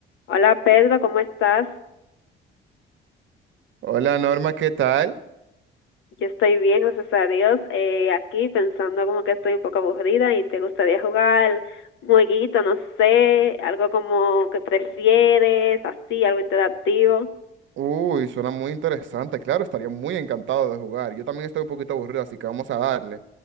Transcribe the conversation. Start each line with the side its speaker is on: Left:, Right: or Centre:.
Left: Hola Pedro, ¿cómo estás?
Right: Hola Norma, ¿qué tal?
Left: Yo estoy bien, gracias a Dios. Eh, aquí pensando como que estoy un poco aburrida y te gustaría jugar un jueguito, no sé, algo como que prefieres, así, algo interactivo.
Right: Uy, suena muy interesante. Claro, estaría muy encantado de jugar. Yo también estoy un poquito aburrido, así que vamos a darle.